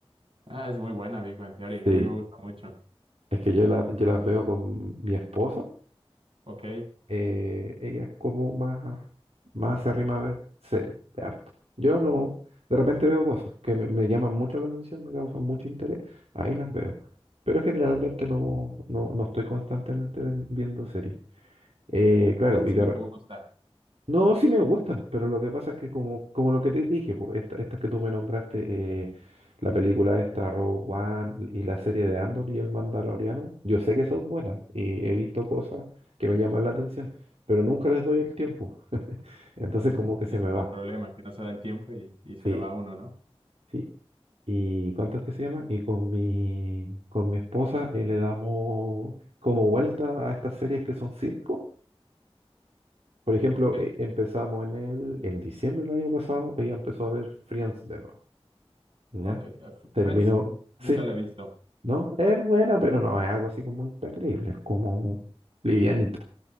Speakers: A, on the right; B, on the right.
A: Ah, es muy buena Big Bang Theory. A
B: Sí,
A: mí me gusta mucho.
B: es que yo, la, yo las veo con mi esposa
A: Ok,
B: eh, ella es como más, más acérrima a ver series de harto. Yo no, de repente veo cosas que me, me llaman mucho la atención, me causan mucho interés, ahí las veo. Pero generalmente no, no, no estoy constantemente ven- viendo series. Eh, claro,
A: casi
B: y de,
A: no te gusta.
B: no, sí me gustan, pero lo que pasa es que como, como lo que te dije, po, esta- estas que tú me nombraste, eh, la película esta, Rogue One, y la serie de Andor y el Mandaloriano, yo sé que son buenas y he visto cosas que me llaman la atención, pero nunca les doy el tiempo. <laughs> Entonces
A: <laughs>
B: como que se
A: Ese
B: me
A: es
B: va.
A: el problema, que no se da el tiempo y, y se
B: Sí,
A: le va a uno, ¿no?
B: sí. ¿Y cuánto es que se llama? Y con mi, con mi esposa eh, le damos como vuelta a estas series que son sitcom. Por ejemplo,
A: Ok,
B: e- empezamos en el, en diciembre del año pasado, ella empezó a ver Friends de nuevo, ¿ya?
A: ok. Eh, F-
B: Terminó,
A: Friends n- nunca
B: sí,
A: la he visto.
B: ¿no? Es buena, pero no es algo así como imperdible, es como livianita.